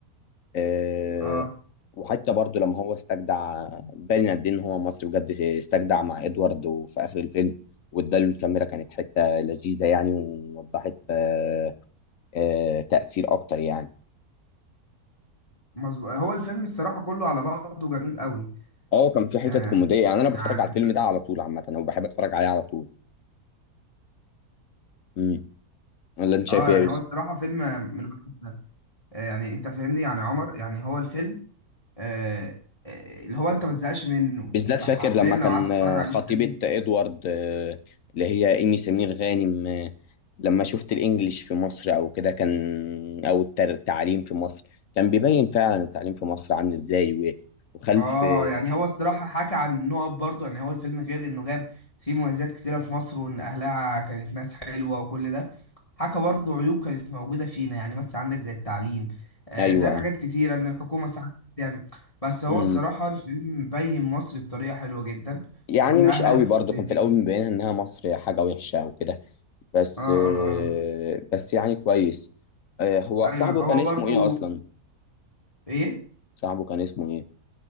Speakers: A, on the left (about 65°); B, on the left (about 20°).
A: آه،
B: اه
A: وحتى برضو لما هو استجدع باين قد ايه ان هو مصري بجد استجدع مع ادوارد وفي اخر الفيلم واداله الكاميرا كانت حته لذيذه يعني ووضحت آه، آه، تاثير اكتر يعني
B: مظبوط هو الفيلم الصراحة كله على بعضه جميل قوي
A: اه كان في حتت
B: آه،
A: كوميديه يعني انا
B: يعني
A: بتفرج على الفيلم ده على طول عامه وبحب اتفرج عليه على طول امم ولا انت شايف
B: اه
A: ايه
B: يعني
A: يا يوسف؟
B: هو الصراحة فيلم من الواحد ده آه، يعني انت فاهمني يعني عمر يعني هو الفيلم آه، آه، اللي هو انت ما تزهقش منه
A: بالذات
B: انت
A: فاكر
B: حرفيا
A: لما
B: لو
A: كان
B: قعدت تتفرج
A: آه،
B: عليه
A: خطيبة
B: السنة دي
A: ادوارد آه، اللي هي ايمي سمير غانم آه، لما شفت الانجليش في مصر او كده كان او التر- التعليم في مصر كان بيبين فعلا التعليم في مصر عامل ازاي و- وخلف
B: اه
A: آه،
B: يعني هو الصراحة حكى عن نقط برضه يعني هو الفيلم غير انه جاب فيه مميزات كتيرة في مصر وان اهلها كانت ناس حلوة وكل ده حكى برضه عيوب كانت موجودة فينا يعني مثلا عندك زي التعليم آه،
A: ايوه
B: زي حاجات
A: ايوه
B: كتيرة ان الحكومة ساعات بتعمل بس هو
A: أمم.
B: الصراحة الفيلم بين مصر بطريقة حلوة جدا
A: يعني
B: وان
A: مش
B: اهلها
A: قوي برضه
B: طيبين
A: كان في الاول مبينها انها مصر حاجة وحشة او كده بس
B: اه
A: آه،
B: اه
A: بس يعني كويس آه، هو
B: اه
A: صاحبه
B: ايوه
A: كان
B: هو
A: اسمه
B: برضو
A: ايه اصلا
B: ايه
A: صاحبه كان اسمه ايه